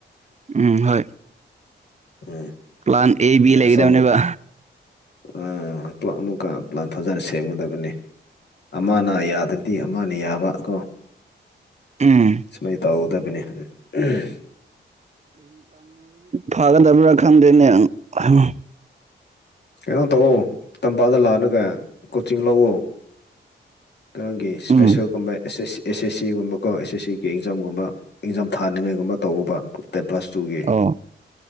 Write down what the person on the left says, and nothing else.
ꯎꯝ
ꯑꯗꯒꯤ
ꯑꯆꯧꯕ ꯑꯥ ꯄ꯭ꯂꯥꯟ ꯑꯃꯨꯛꯀ ꯄ꯭ꯂꯥꯟ ꯐꯥꯖꯅ ꯁꯦꯝꯒꯗꯕꯅꯦ ꯑꯃꯅ ꯌꯥꯗ꯭ꯔꯗꯤ ꯑꯃꯅ ꯌꯥꯕ ꯀꯣ
ꯁꯨꯃꯥꯏ ꯇꯧꯒꯗꯕꯅꯦ ꯎꯝ
ꯀꯩꯅꯣ ꯇꯧꯑꯣ ꯇꯝꯄꯥꯛꯇ ꯂꯥꯛꯂꯒ ꯀꯣꯆꯤꯡ ꯂꯧꯑꯣ ꯀꯩꯅꯣꯒꯤ ꯁ꯭ꯄꯦꯁꯦꯜꯒꯨꯝꯕ
ꯑꯦꯁ ꯁꯦꯁ ꯁꯤ ꯑꯦꯁ ꯑꯦꯁ ꯁꯤꯒꯨꯝꯕ ꯀꯣ ꯑꯦꯁ ꯑꯦꯁ ꯁꯤꯒꯤ ꯑꯦꯛꯖꯥꯝꯒꯨꯝꯕ ꯑꯦꯛꯖꯥꯝ ꯊꯥꯅꯤꯡꯉꯥꯏꯒꯨꯝꯕ ꯇꯧꯑꯣꯕꯥ ꯇꯦꯟ ꯄ꯭ꯂꯥꯁ ꯇꯨꯒꯤ